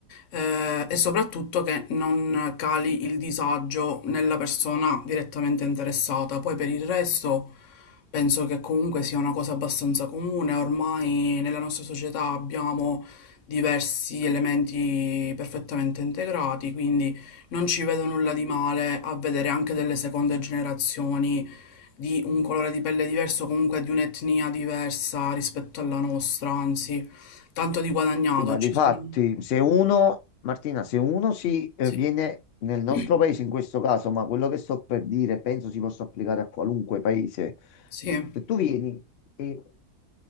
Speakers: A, on the left; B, on the left.
A: eh, e soprattutto che non cali il disagio nella persona direttamente interessata. Poi per il resto penso che comunque sia una cosa abbastanza comune, ormai nella nostra società abbiamo diversi elementi perfettamente integrati, quindi non ci vedo nulla di male a vedere anche delle seconde generazioni di un colore di pelle diverso, comunque di un'etnia diversa rispetto alla nostra, anzi, tanto di guadagnato.
B: Sì, Ma
A: Ci
B: di fatti,
A: sono...
B: se uno, Martina, se uno si eh,
A: Sì,
B: viene nel nostro
A: <clears throat>
B: paese in questo caso, ma quello che sto per dire penso si possa applicare a qualunque paese,
A: sì,
B: se tu vieni e